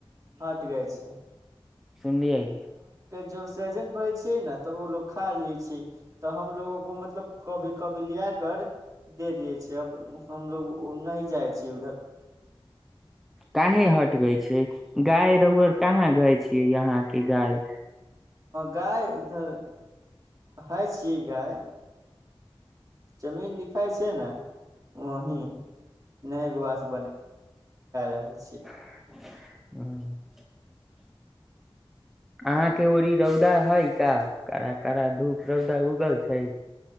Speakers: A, on the right; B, in the centre.
A: हटि गेलहुँ।
B: सुनलिय आइयए
A: जे सहजन पड़ै छै ने, तऽ ओ लोकनि खा लै छै। तऽ हमरो लोकनि कहियो-कहियो लऽ कऽ दऽ दै छियै। आब हमसभ ओतय नहि जाइ छी।
B: काहे हट गय छै। गाय रहुअड़ कहाँ गाय छियै यहाँके गाय
A: गाय एतय होइ छै। गाय जमीनमे बान्हल रहै छै ने, ओतहि रहै
B: ह
A: छै।
B: अहाँके ओतय रौद कड़ा-कड़ा उगै छै की?